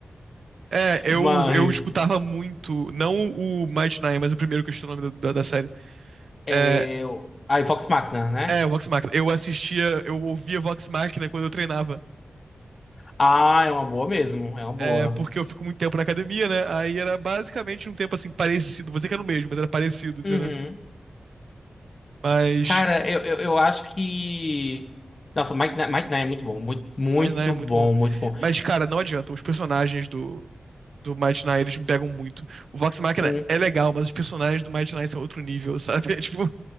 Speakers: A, on the right; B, on the left.
A: É, eu,
B: mas,
A: eu escutava muito, não o Might Nine, mas o primeiro que eu esqueci o nome da, da série.
B: é,
A: É,
B: aí Vox Machina, né,
A: é, o Vox Machina. Eu assistia, eu ouvia Vox Machina quando eu treinava.
B: ah, é uma boa mesmo, é uma boa.
A: É, porque eu fico muito tempo na academia, né? Aí era basicamente um tempo assim, parecido. Vou dizer que era o mesmo, mas era parecido, entendeu?
B: Uhum.
A: Mas,
B: Cara, eu, eu, eu acho que. Nossa, Mike, Ny- Mike Nye é muito bom. Muito, muito
A: mas né, é muito
B: bom,
A: bom.
B: muito bom.
A: Mas, cara, não adianta. Os personagens do, do Might Nine, eles me pegam muito. O Vox Machina
B: Sim.
A: é legal, mas os personagens do Might Nine são outro nível, <laughs> sabe? É tipo,